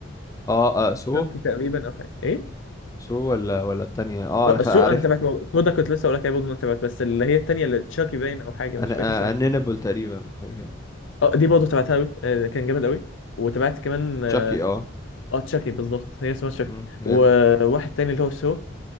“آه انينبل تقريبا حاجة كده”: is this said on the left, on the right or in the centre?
Left